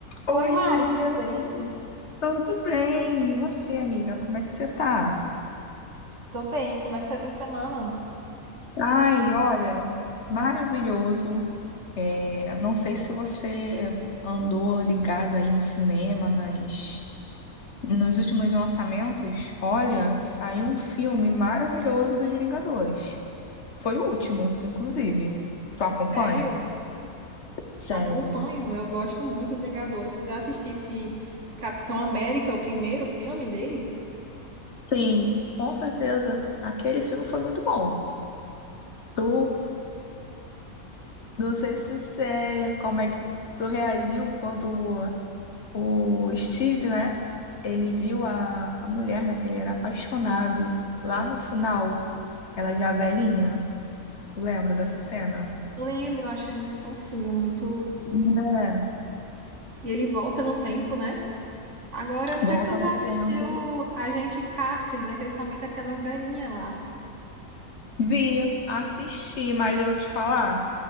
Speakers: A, on the left; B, on the right.
A: Oi,
B: Oi, Mari,
A: Júlia,
B: tudo bem?
A: tudo bem? E você, amiga, como é que você tá?
B: Tô bem. Como é que foi o fim de semana?
A: Ai, olha, maravilhoso. É, não sei se você andou ligada aí no cinema, nas, nos últimos lançamentos. Olha, saiu um filme maravilhoso dos Vingadores. Foi o último, inclusive. Tu acompanha?
B: Sério,
A: Sério?
B: acompanho. Eu gosto muito dos Vingadores. Tu já assistisse Capitão América, o primeiro filme deles?
A: Sim, com certeza. Aquele filme foi muito bom. Tu Não sei se você, como é que tu reagiu quando o Steve, né? Ele viu a, a mulher, né? Que ele era apaixonado. Lá no final, ela já velhinha. Tu lembra dessa cena?
B: Lembro, achei muito fofinho, muito.
A: Né?
B: E ele volta no tempo, né? Agora, eu não
A: Volta
B: sei se tu já
A: no
B: assistiu
A: tempo.
B: a gente Carter, né? Que é justamente aquela velhinha lá.
A: Vi, assisti, mas eu te falar,